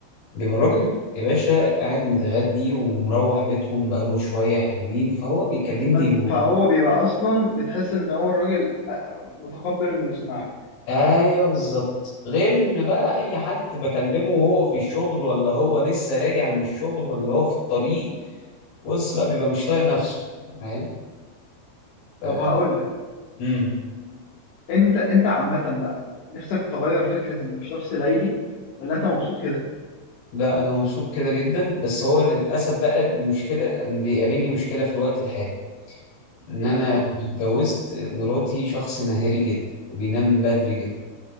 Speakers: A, on the left (about 85°); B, on the left (about 65°).
A: بيبقى الراجل يا باشا قاعد متغدي ومروح بيتهم بقاله شوية حلوين فهو بيكلمني
B: فانت فهو بيبقى اصلا بتحس ان هو الراجل آه، متقبل انه يسمعك
A: ايوه بالظبط غير ان بقى اي حد بكلمه وهو في الشغل ولا هو لسه راجع من الشغل ولا هو في الطريق بص بقى بيبقى مش طايق نفسه فاهم ف...
B: طب هقول لك
A: امم
B: انت انت عامة بقى نفسك تغير فكرة انك شخص ليلي ولا انت مبسوط كده
A: لا انا مبسوط كده جدا بس هو للاسف بقى المشكله أنا بيقابلني مشكله في الوقت الحالي ان
B: ايه
A: انا
B: بقى هي
A: اتجوزت مراتي شخص نهاري جدا بينام بدري جدا